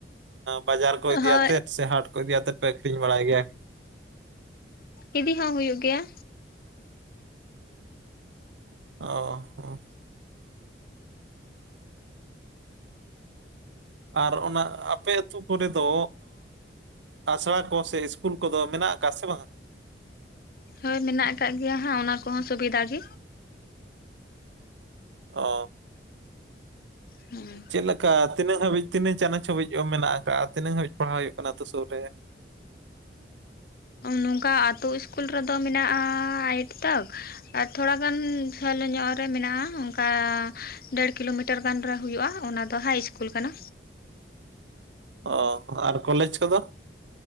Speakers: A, on the right; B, on the left.
A: ᱵᱟᱡᱟᱨ ᱠᱚ ᱤᱫᱤᱭᱟᱛᱮᱮᱫ,
B: ᱦᱳᱭ
A: ᱥᱮ ᱦᱟᱴ ᱠᱚ ᱤᱫᱤᱭᱟᱛᱮᱫ ᱯᱮ ᱟᱹᱷᱨᱤᱧ ᱵᱟᱲᱟᱭ ᱜᱮᱭᱟ?
B: ᱤᱫᱤ ᱦᱚᱸ ᱦᱩᱭᱩᱜ ᱜᱮᱭᱟ᱾
A: ᱚ ᱦᱚ ᱟᱨ ᱚᱱᱟ ᱟᱯᱮ ᱟᱹᱛᱩ ᱠᱚᱨᱮ ᱫᱚᱼᱼ ᱟᱥᱲᱟ ᱠᱚ ᱥᱮ ᱤᱥᱠᱩᱞ ᱠᱚᱫᱚ ᱢᱮᱱᱟᱜ ᱟᱠᱟᱫᱟ ᱥᱮ ᱵᱟᱝ?
B: ᱦᱳᱭ ᱢᱮᱱᱟᱜ ᱟᱠᱟᱫ ᱜᱮᱭᱟ ᱦᱟᱸᱜ ᱚᱱᱟ ᱠᱚᱦᱚᱸ ᱥᱩᱵᱤᱫᱷᱟ ᱜᱮ᱾
A: ᱚ
B: ᱦᱮᱸ
A: ᱪᱮᱫ ᱞᱮᱠᱟ ᱛᱤᱱᱟᱹᱜ ᱦᱟᱹᱵᱤᱡ ᱛᱤᱱᱟᱹᱜ ᱪᱟᱱᱟᱪ ᱦᱟᱹᱵᱤᱡ ᱢᱮᱱᱟᱜ ᱟᱠᱟᱫᱼᱟ ᱛᱤᱱᱟᱹᱜ ᱦᱟᱹᱵᱤᱡ ᱯᱟᱲᱦᱟᱣ ᱦᱩᱭᱩᱜ ᱠᱟᱱᱟ ᱟᱹᱛᱩ ᱥᱩᱨ ᱨᱮ?
B: ᱱᱚᱝᱠᱟ ᱟᱹᱛᱳ ᱤᱥᱠᱩᱞ ᱨᱮᱫᱚ ᱢᱮᱱᱟᱜᱼᱟ ᱮᱭᱤᱴ ᱛᱟᱠ᱾ ᱟᱨ ᱛᱷᱚᱲᱟᱜᱟᱱ ᱡᱷᱟᱹᱞ ᱧᱚᱜ ᱨᱮ ᱢᱮᱱᱟᱜᱼᱟ ᱚᱱᱠᱟ ᱰᱮᱹᱲ ᱠᱤᱞᱳᱢᱤᱴᱟᱨ ᱢᱤᱴᱟᱨ ᱜᱟᱱ ᱨᱮ ᱦᱳᱭᱳᱼᱟ ᱚᱱᱟ ᱫᱚ ᱦᱟᱭ ᱤᱥᱠᱩᱞ ᱠᱟᱱᱟ᱾
A: ᱚ ᱟᱨ ᱠᱚᱞᱮᱡᱽ ᱠᱚᱫᱚ᱾